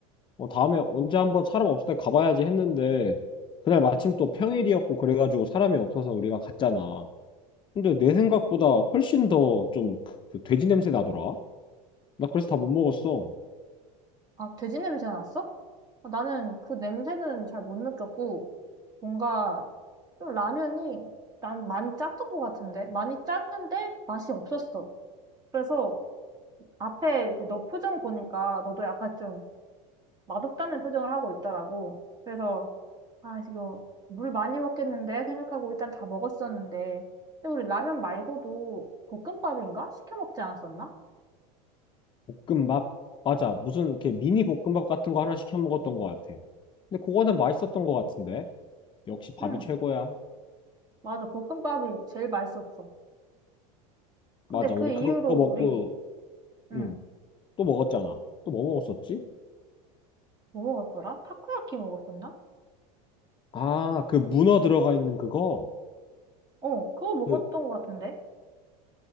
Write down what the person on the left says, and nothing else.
어, 다음에 언제 한번 사람 없을 때 가봐야지 했는데 그날 마침 또 평일이었고 그래가지고 사람이 없어서 우리가 갔잖아. 근데 내 생각보다 훨씬 더 좀 그 돼지 냄새 나더라. 나 그래서 다 못 먹었어.
볶음밥? 맞아. 무슨 이렇게 미니 볶음밥 같은 거 하나 시켜 먹었던 것 같아. 근데 그거는 맛있었던 것 같은데. 역시 밥이
최고야.
맞아.
우리
그거 먹고,
응, 또 먹었잖아. 또 뭐 먹었었지?
아, 그 문어 들어가 있는 그거?
그,